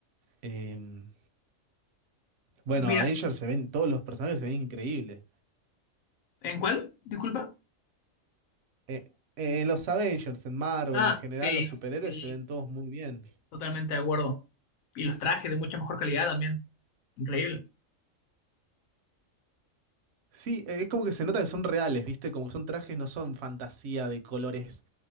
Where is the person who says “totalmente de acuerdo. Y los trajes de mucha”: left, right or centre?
Left